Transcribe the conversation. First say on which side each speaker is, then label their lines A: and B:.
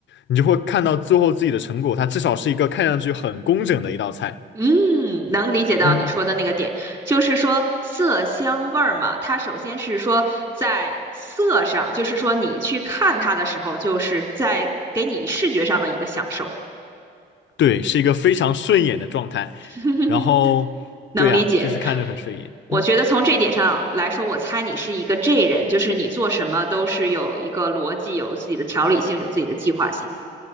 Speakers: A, on the left; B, on the right.
A: 你就会看到最后自己的成果，它至少是一个看上去很工整的一道菜。
B: 嗯，能理解到你说的那个点，
A: 嗯。
B: 就是说色香味儿嘛，它首先是说在色上，就是说你去看它的时候，就是在给你视觉上的一个享受，
A: 对，是一个非常顺眼的状态。
B: <laughs>
A: 然后，
B: 能理解。
A: 对呀，就是看着很顺眼。
B: 我觉得从这点上来说，
A: 嗯，
B: 我猜你是一个 J 人，就是你做什么都是有一个逻辑，有自己的条理性，有自己的计划性。